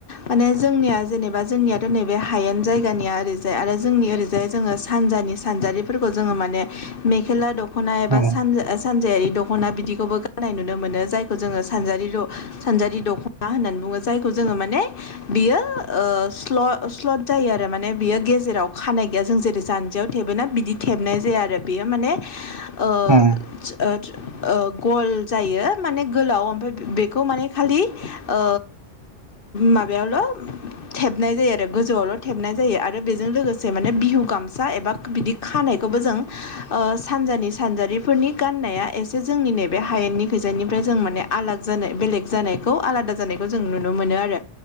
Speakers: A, on the left; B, on the right.
A: माने जोंनिया जेनेबा जोंनिया नैबे हायेन जायगानिया ओरैजाय आरो जोंनि ओरैजाय जोङो सानजानि सानजारिफोरखौ जोङो माने मेखेला दख'ना एबा
B: औ औ
A: सानजा सानजायारि दख'ना बिदिखौबो गानायनाय नुनो नुनो मोनो जायखौ जोङो सान सानजारि दख'ना होननानै बुङो जायखौ जोङो माने बियो ओ स्ल स्ल'द जायो आरो माने बियो गेजेराव खानाय गैया जों जेरै जानजियाव थेबोना बि दि थेबनाय जाया आरो बेयो माने ओ
B: उम
A: ओ ओ गल जायो माने गोलाव ओमफ्राय बेखौ माने खालि ओ माबायावल' थेबनाय जायो आरो गोजौआवल' थेबनाय जायो आरो बेजों लोगोसे माने बिहु गामसा एबा बिदि खानाय खौबौ जों ओ सानजानि सानजारिफोरनि गाननाया एसे जोंनि नैबे हायेननि खैजानिफ्राय जों माने आलाग जानाय बेलेग जानायखौ आलादा जानायखौ जों नुनो मोनो आरो।